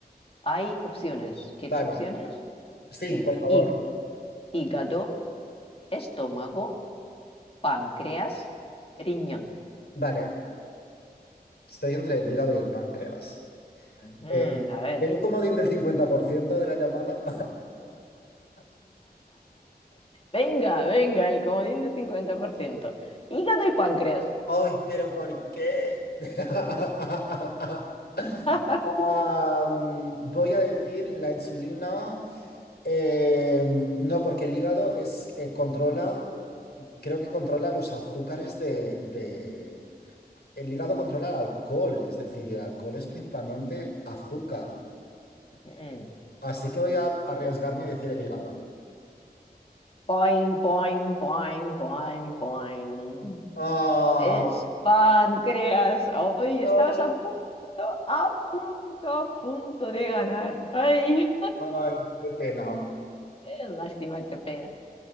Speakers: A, on the left; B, on the left.
A: hay opciones. ¿Quieres
B: Vale,
A: opciones?
B: sí,
A: Mira,
B: por favor.
A: hí- hígado, estómago, páncreas, riñón.
B: Vale, estoy entre el hígado y el páncreas.
A: Ujú,
B: Eh,
A: a ver.
B: ¿tengo un comodín del 50% de la llamada? <laughs>
A: Venga, venga, el comodín de 50%. Hígado y páncreas.
B: ¡Ay, pero ¿por qué? <laughs>
A: <laughs>
B: Am, voy a decir la insulina. eh, no, porque el hígado es, eh, controla, creo que controla los azúcares de, de- El hígado controla el alcohol, es decir, y el alcohol es principalmente azúcar.
A: Mm.
B: Así que voy a arriesgarme y decir el hígado.
A: Poing, poing, poing, poing, poing.
B: Ah,
A: Es páncreas. Hoy
B: no.
A: estabas a punto, a punto, a punto de ganar. Ay,
B: Ay, qué pena.
A: qué lástima, qué pena.